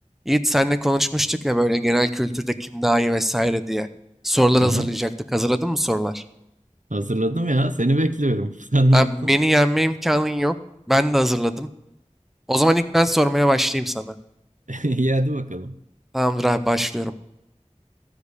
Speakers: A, in the centre; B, on the right.
A: Yiğit senle konuşmuştuk ya böyle genel kültürde kim daha iyi vesaire diye. Sorular
B: Hı
A: hazırlayacaktık.
B: hı.
A: Hazırladın mı sorular?
B: Hazırladım ya. Seni bekliyorum. <laughs> Sen
A: Abi
B: ne yaptın?
A: beni yenme imkanın yok. Ben de hazırladım. O zaman ilk ben sormaya başlayayım sana.
B: <laughs> İyi hadi bakalım.
A: Tamamdır abi başlıyorum.